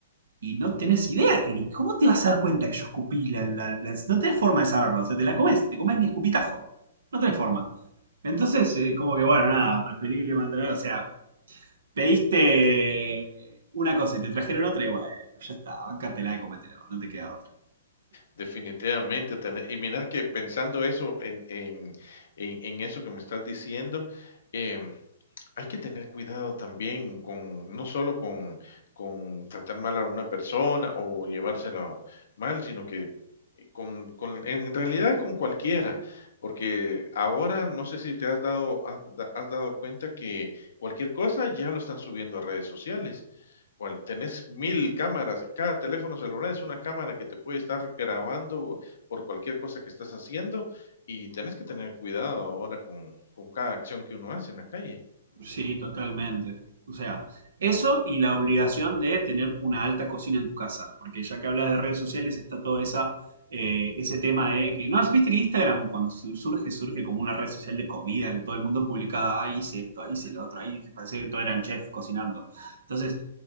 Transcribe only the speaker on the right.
y no tenés idea, que, ¿cómo te vas a dar cuenta que yo escupí la, la- la- No tenés forma de saberlo, o sea, te la comes, te comes mi escupitajo. No tenés forma. Entonces, eh, como que bueno, nada, preferible mantener, o sea, pediste una cosa y te trajeron otra y bueno, ya está, bancátela y comételo, no te queda otra.
Sí, totalmente. O sea, eso y la obligación de tener una alta cocina en tu casa, porque ya que hablas de redes sociales está todo esa, eh, ese tema de que, ¿no has viste que Instagram cuando su- surge, surge como una red social de comida, que todo el mundo publicaba, ah, hice esto, ahí hice lo otro, ahí parecía que todos eran chefs cocinando. Entonces,